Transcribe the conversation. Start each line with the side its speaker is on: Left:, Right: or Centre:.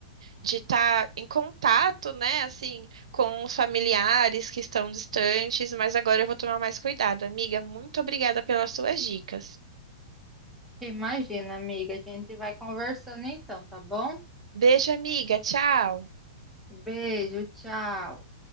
Right: de estar em contato, né, assim, com os familiares que estão distantes, mas agora eu vou tomar mais cuidado. Amiga, muito obrigada pelas suas dicas.
Centre: Imagina, amiga, a gente vai conversando então, tá bom?
Right: Beijo, amiga. Tchau.
Centre: Beijo, tchau.